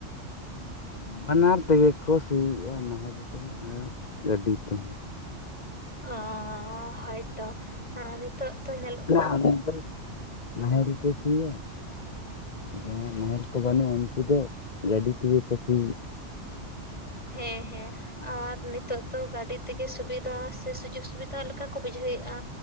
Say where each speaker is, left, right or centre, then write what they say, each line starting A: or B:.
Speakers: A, on the left; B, on the left.
A: ᱵᱟᱱᱟᱨ ᱛᱮ ᱜᱮ ᱠᱚ ᱥᱤᱭ ᱤᱭᱟ ᱱᱟᱦᱮᱞ ᱛᱮᱦᱚᱸ ᱟᱨ ᱜᱟᱹᱰᱤ ᱛᱮᱦᱚᱸ ᱾
B: ᱚᱻ ᱦᱳᱭᱛᱚ ᱱᱤᱛᱚᱜ ᱛᱚ ᱧᱮᱞᱚᱜ
A: ᱟᱞᱮ ᱱᱚᱛᱮ ᱱᱟᱦᱮᱞ ᱛᱮ ᱥᱤᱭᱟ᱾ ᱡᱟᱦᱟᱸᱭᱟᱜ ᱱᱟᱦᱮᱞ ᱠᱚ ᱵᱟᱹᱱᱩᱜ-ᱟ ᱩᱱᱠᱩ ᱫᱚ ᱜᱟᱹᱰᱤ ᱛᱮᱜᱮ ᱠᱩ ᱥᱤ
B: ᱦᱮᱸ ᱦᱮᱸ᱾ ᱟᱨ ᱱᱤᱛᱚᱜ ᱫᱚ ᱜᱟᱹᱰᱤ ᱛᱮᱜᱮ ᱥᱩᱵᱤᱫᱟ ᱥᱮ ᱥᱩᱡᱳᱜᱽ ᱥᱩᱵᱤᱫᱷᱟ ᱞᱮᱠᱟ ᱠᱚ ᱵᱩᱡᱷᱟᱹᱣᱮᱫᱼᱟ᱾